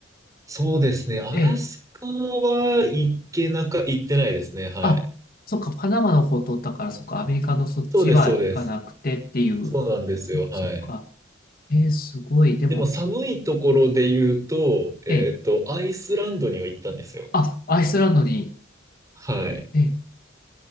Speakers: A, on the right (about 15°); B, on the left (about 45°).
A: そうですね。アラスカは行けなか、
B: あ、ええ
A: 行ってないですね。はい。
B: あ、そっか、パナマの方通ったから、そっか、アメリカのそっちは行かなくてっていう。
A: そうです、そうです。そうなんですよ。
B: そっか、
A: はい。
B: そっか。えー、すごい。でも、
A: でも寒いところで言うと、えっと、
B: えー、
A: アイスランドには行ったんですよ。
B: あ、アイスランドに、
A: はい。
B: えー、